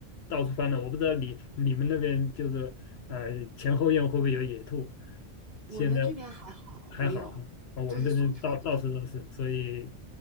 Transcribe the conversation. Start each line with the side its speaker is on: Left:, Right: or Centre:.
Left: 到处翻了。我不知道你你们那边就是呃前后院会不会有野兔？
Right: 我们这边还好，
Left: 现在还好哈，
Right: 没有，
Left: 啊我们这边到到处都是，
Right: 就是松鼠比较。
Left: 所以